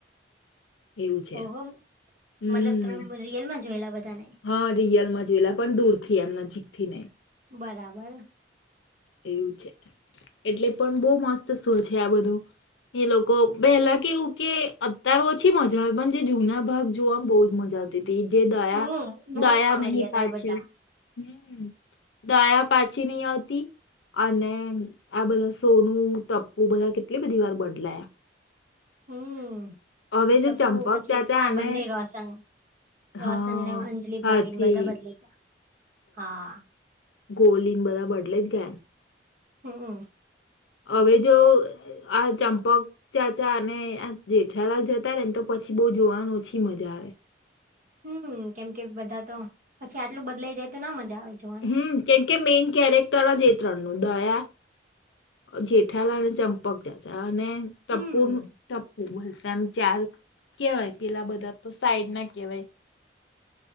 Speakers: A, on the left; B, on the right.
A: એવું છે
B: ઓહો
A: હમ
B: મતલબ તમે રિયલમાં જોયેલા બધાને
A: હા રિયલમાં જોવેલા પણ દૂર થી એમ નજીક થી ને
B: બરાબર
A: એવું છે એટલે પણ બહુ મસ્ત શો છે આ બધું એ લોકો પહેલા કેવું કે અતાર ઓછી મજા આવે પણ જે જુના ભાગ જોવા બહુ જ મજા આવે જે દયા
B: હમ બહુ
A: દયા
B: જ કોમેડી
A: નહીિ
B: હતા
A: પાછી
B: એ બધા
A: હમ દયા પાછી નહી આવતી અને આ બધા સોનું ટપ્પુ બધા કેટલી બધી વાર બદલાયા
B: હમ
A: હવે
B: એ ટપ્પુ
A: જે ચંપક
B: પછી
A: ચાચા
B: આ
A: અને
B: બંને રોશન રોશન
A: હા
B: ને અંજલલી
A: હાથી
B: ભાભીને બધા બદલા ગયા હા
A: ગોલીંગ બધા બડલે જ ઘયાન
B: હમ હ
A: હવે જો આ ચંપક ચા ચા અને આ જેઠાલાલ જતા રે ને તો પછી બહુ જોવાનું ઓછી મજા આવે
B: હમ કેમ કે બધા તો પછી આટલું બદલાઈ જાય તો ના મજા આવે જોવાની
A: હમ કેમ કે મેઈઇન કેરેક્ટર જ ત્રણનુંું દયા જેઠાલા અને ચંપક જાજા અને ટપુર
B: હમ
A: ટપ્પુ ભલશે આમ ચાર કેવાય પેલા બધા તો સાઈડ ના કહેવાય